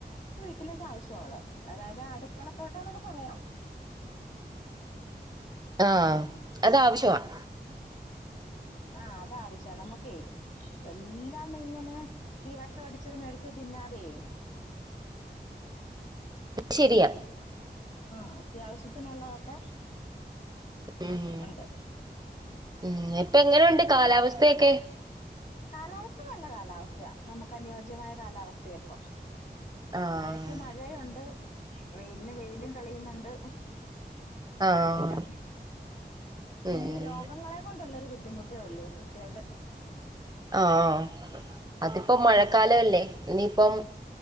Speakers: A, on the left (about 45°); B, on the right (about 25°).
A: വീ ട്ടിലേക്ക് ആവശ്യള്ള അതായത് അടുക്കളത്തോട്ടം എന്നൊക്കെ പറയാം
B: ആഹ അതാ വശ്യമാണ്
A: ആഹ അത ആവശ്യനമ്മുക്കെ എല്ലാം ഇങ്ങനെ ഈ വെ ഷംഅടി ച്ച മേടിച്ചത് തിന്നാതെ
B: ശരിയ
A: ആഹ അത്യാവശ്യത്തിനുള്ളതൊക്കെ
B: ഉം
A: ഒ ണ്ട്
B: ഉം ഇപ്പ എങ്ങനെഉ ണ്ട് കാലാവസ്ഥയൊക്കെ
A: കാലാവസ്ഥ നല്ല കാലാവസ്ഥയാ നമുക്ക് അനുയോജ്യമായ കാലാവസ്ഥയ ഇ പ്പം
B: ആഹ്
A: മഴക്ക് മഴെ ഒ ണ്ട് വെയിലിന് വെയിലും തെളിയുന്നുണ്ട് കൊ
B: ആഹ്
A: ഴപ്പഇ ല്ല
B: ഉം
A: പിന്നീ രോഗങ്ങളെ കൊണ്ടുള്ളൊരു ബുദ്ധിമുട്ടേ ഉള്ളൂ കുട്ടികൾക്കെ
B: ആഹ അതിപ്പോ മഴക്കാലല്ലേ ഇനിപ്പം